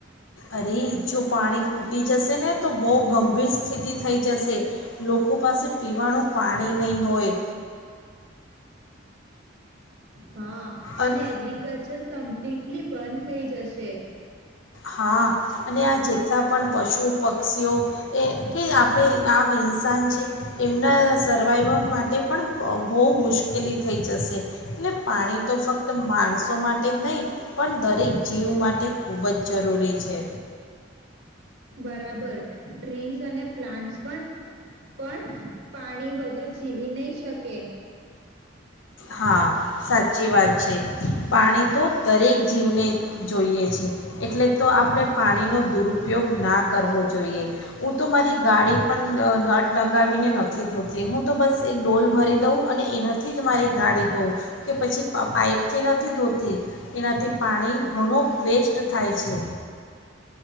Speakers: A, on the left; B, on the right.
A: અરે જો પાણી ફૂટી જશે ને તો બહુ ગંભીર સ્થિતિ થઈ જશે લોકો પાસે પીવાનું પાણી નહીં હોય.
B: હા
A: અન
B: અને એગ્રિકલ્ચર કમ્પ્લીટલી બંધ થઈ જશે.
A: હા અને આ જેટલા પણ પશુ પક્ષીઓ એ કે આપણે આમ ઇન્સાન <unintelligible> એમના સર્વાઈવલ માટે પણ બહુ મુશ્કેલી થઈ જશે અનેટ પાણી તો ફક્ત માણસો માટે જ નહીં પણ દરેક જીવ માટે ખૂબ જ જરૂરી છે.
B: બરાબર ટ્રીઝ અને પ્લાન્ટસ પણ પણ પાણી વગર જીવી નહી શકે. <unintelligible>
A: હા સાચી વાત છે, પાણી તો દરેક જીવને જોઈએ છે, એટલે તો આપણે પાણીનો દુરુપયોગ ના કરવો જોઈએ હું તો મારી ગાડી પણ નટ લગાવીને નથી ધોતી હું તો બસ એક ડોલ ભરી દઉં અને એનાથી જ મારી <unintelligible> ધો કે પછી પાઈપથી નથી ધોતી એનાથી પાણી ઘણું વેસ્ટ થાય છે.